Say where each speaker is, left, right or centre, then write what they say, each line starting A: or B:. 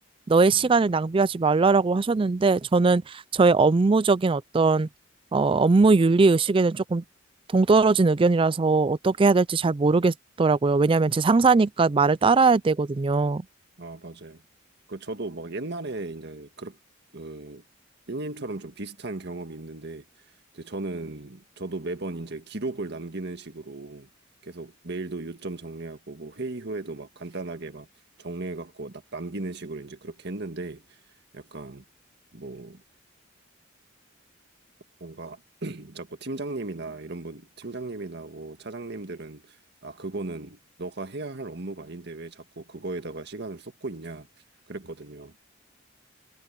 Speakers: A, on the right (about 25°); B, on the right (about 55°).
A: 너의 시간을
B: 음.
A: 낭비하지 말라라고 하셨는데 저는 저의 업무적인 어떤 어, 업무 윤리 의식에는 조금 동떨어진 의견이라서 어떻게 해야 될지 잘 모르겠더라고요. 왜냐하면 제 상사니까 말을 따라야 되거든요.
B: 아, 맞아요. 그 저도 막 옛날에 이제 그렇 그 삐님처럼 좀 비슷한 경험이 있는데 이제 저는 저도 매번 이제 기록을 남기는 식으로 계속 메일도 요점 정리하고 뭐 회의 후에도 막 간단하게 막 정리해 갖고 남기는 식으로 이제 그렇게 했는데 약간 뭐 뭔가 <clears throat> 자꾸 팀장님이나 이런 분, 팀장님이나 뭐 차장님들은 아, 그거는 너가 해야 할 업무가 아닌데 왜 자꾸 그거에다가 시간을 쏟고 있냐 그랬거든요.